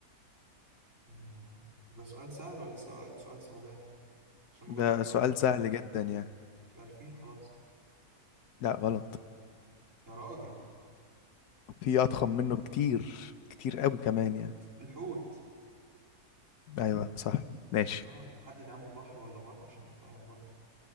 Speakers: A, on the right; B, on the left.
A: مم. ده سؤال سهل ولا سؤال سؤال صعباني عشان ما
B: ده
A: جاوبش الاجابه
B: سؤال
A: ال-
B: سهل جدا يعني
A: يبقى الفيل خلاص
B: لا غلط
A: يا راجل
B: في اضخم منه كتير كتير قوي كمان يعني
A: الحوت
B: ايوه صح ماشي
A: اه حدد يا عم بحر ولا بر عشان ابقى فاهم برضه